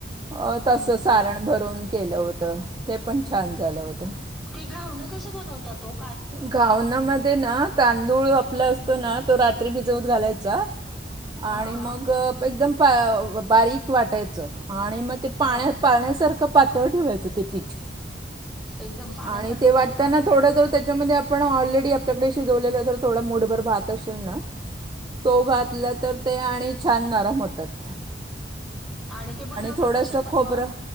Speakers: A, on the right; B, in the centre.
A: अ तस
B: हम्म.
A: सारण भरून केलं होतं ते पण छान झालं होतं
B: ते घाऊण कस बनवतात तो
A: गावनामध्ये ना तांदूळ आपला असतो ना तो रात्री भिजवत घालायचा
B: हा
A: आणि
B: हा
A: मग एकदम बारीक वाटायचं आणि मग ते पाण्यात
B: हो
A: पाण्यासारखं पातळ ठेवायचं ते पीठ
B: एकदम पाण्यासारखं
A: आणि ते
B: पातळ
A: वाटताना थोडं जर त्या आपण ऑलरेडी आपल्याकडे शिजवलेलं तर थोडा मुठभर भात असेल ना तो घातला तर ते आणि छान नरम होतात.
B: आणि ते बनवत
A: थोडंसं
B: कसे पण
A: खोबरं
B: मग